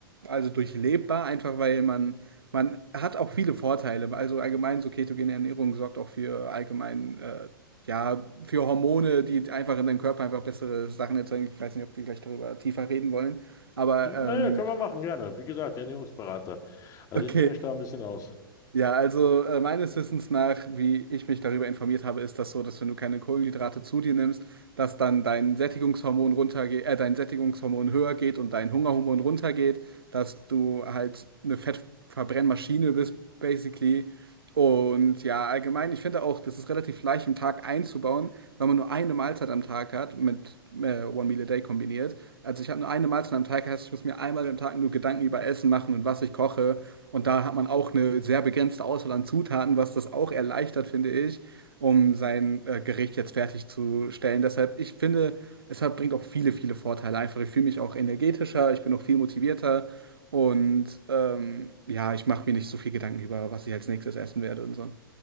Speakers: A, on the right; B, on the left.
A: also durchlebbar, einfach weil man, man hat auch viele Vorteile. Also allgemein so ketogene Ernährung sorgt auch für allgemein, äh, ja, für Hormone, die einfach in deinem Körper einfach bessere Sachen erzeugen. Ich weiß nicht, ob wir gleich darüber tiefer reden wollen, aber
B: Ja,
A: ähm,
B: ja, können wir machen, gerne. Wie gesagt, Ernährungsberater. Also
A: <laughs> okay.
B: ich kenne mich da ein bisschen aus.
A: Ja, also äh, meines Wissens nach, wie ich mich darüber informiert habe, ist das so, dass wenn du keine Kohlenhydrate zu dir nimmst, dass dann dein Sättigungshormon runtergeht, äh, dein Sättigungshormon höher geht und dein Hungerhormon runtergeht, dass du halt eine Fettverbrennmaschine bist, basically, und ja, allgemein, ich finde auch, das ist relativ leicht im Tag einzubauen, weil man nur eine Mahlzeit am Tag hat, mit äh, One Meal a Day kombiniert. Also ich habe nur eine Mahlzeit am Tag, heißt, ich muss mir einmal am Tag nur Gedanken über Essen machen und was ich koche. Und da hat man auch eine sehr begrenzte Auswahl an Zutaten, was das auch erleichtert, finde ich, um sein äh, Gericht jetzt fertigzustellen. Deshalb, ich finde, es hat, bringt auch viele, viele Vorteile einfach. Ich fühle mich auch energetischer, ich bin auch viel motivierter. Und ähm, ja, ich mache mir nicht so viel Gedanken über, was ich als nächstes essen werde und so.